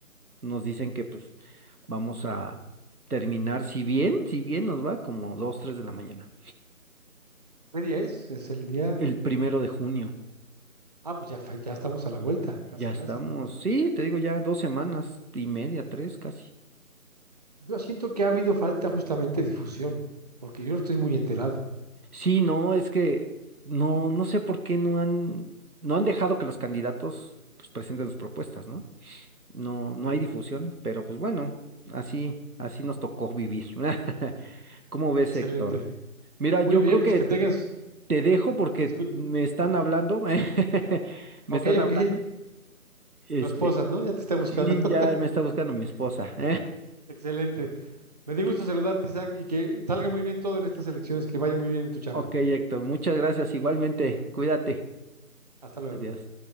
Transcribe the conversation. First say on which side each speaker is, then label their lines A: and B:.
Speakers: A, on the right; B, on the right.
A: nos dicen que pues vamos a terminar, si bien, si bien nos va como dos, tres de la mañana.
B: ¿Qué día es? Es el día.
A: El primero de junio.
B: Ah, pues ya, fa- ya estamos a la vuelta, casi,
A: Ya estamos.
B: casi.
A: Sí, te digo ya dos semanas y media, tres casi.
B: Yo siento que ha habido falta justamente de difusión, porque yo no estoy muy enterado.
A: Sí, no, es que no, no sé por qué no han, no han dejado que los candidatos pues, presenten sus propuestas, ¿no? No,
B: Ok,
A: no hay difusión, pero pues bueno, así, así nos tocó vivir. <laughs> ¿Cómo ves,
B: excelente.
A: Héctor? Mira, yo
B: Muy bien,
A: creo
B: pues
A: que
B: que tengas.
A: te dejo porque
B: Te escu-
A: me están hablando, <laughs> me
B: Ok,
A: están hablando.
B: ok.
A: Este,
B: Tu esposa, ¿no? Ya te está buscando.
A: sí,
B: <laughs>
A: ya me está buscando mi esposa. <laughs>
B: Excelente. Me dio
A: Pues
B: gusto saludarte, Isaac, y que salga muy bien todo en estas elecciones, que vaya muy bien en tu chamba.
A: Ok, Héctor, muchas gracias. Igualmente, cuídate.
B: Hasta luego.
A: Adiós.